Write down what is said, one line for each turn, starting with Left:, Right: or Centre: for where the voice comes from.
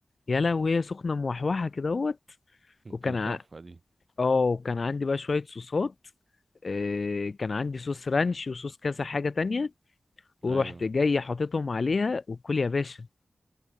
Left: يا لهوي وهي سخنه موحوحه كده اهوت
Right: انت
Left: وكان ع...
Right: تحفه دي
Left: اه وكان عندي بقى شويه صوصات آه، كان عندي صوص رانش وصوص كذا حاجه تانية ورحت
Right: ايوه
Left: جاي حاططهم عليها وكل يا باشا